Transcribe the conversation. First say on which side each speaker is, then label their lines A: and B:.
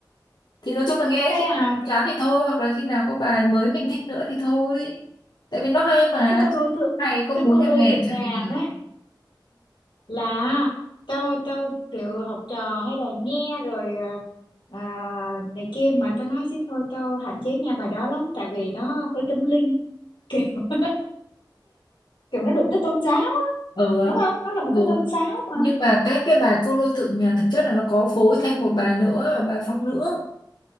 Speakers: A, on the left (about 65°); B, on the left (about 85°).
A: thì nói chung là nghe
B: cái
A: khi
B: à
A: nào chán thì thôi hoặc là khi nào có bài mới mình thích nữa thì thôi tại vì nó hay mà
B: cái cô đôi thượng
A: hay có
B: cái
A: muốn
B: cô
A: nghe
B: đôi
A: nghe
B: thượng
A: chẳng
B: ngàn
A: hạn.
B: á là tao tao kiểu học trò hay đòi nghe rồi à, này kia mà tao nói chứ thôi tao hạn chế nghe bài đó lắm tại vì nó hơi tâm linh kiểu <laughs> kiểu nó đụng tới tôn giáo
A: ừ,
B: đúng không nó là một cái
A: ừ.
B: tôn giáo mà
A: nhưng mà cái cái bài cô đô thượng nhà thực chất là nó có phối thêm một bài nữa và bài phong nữ